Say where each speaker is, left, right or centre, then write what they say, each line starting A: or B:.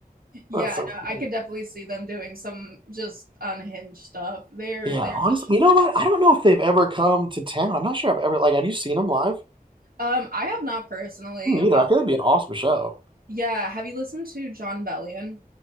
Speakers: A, on the right (about 70°); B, on the right (about 30°).
A: Yeah,
B: That's so
A: no,
B: funny.
A: I could definitely see them doing some just unhinged stuff. They're
B: Yeah,
A: they're
B: honestly,
A: such
B: you know what? I don't know if they've ever come to town. I'm not sure I've ever like. Have you seen him live?
A: um I have not personally.
B: Me
A: Uh,
B: Neither. I think it'd be an awesome show.
A: yeah, have you listened to John Bellion?